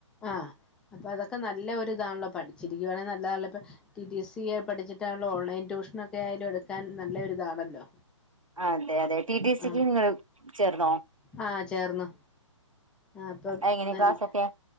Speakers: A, in the centre; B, on the right.
A: ആഹ് അപ്പൊ അതൊക്കെ നല്ലൊരൂ ഇതാണല്ലോ പഠിച്ചിരിക്കുവാണെങ്കിൽ നല്ലതാണല്ലോ ഇപ്പൊ ടിടിി സി പഠിച്ചിട്ടാല്ല ഓൺലൈൻ ട്യൂഷന ഒക്കെ ആയാലും എടുക്കാൻ നല്ലൊരിതാണല്ലോ
B: അതെ അതെ ടിടി സിക്ക്
A: ആഹ്
B: നിങ്ങള് ചേർന്നോ
A: ആഹ് ചേർന്നോ ആഹ് അപ്പം
B: എങ്ങനെ
A: നല്ല
B: ക്ലാസ്സൊക്കെ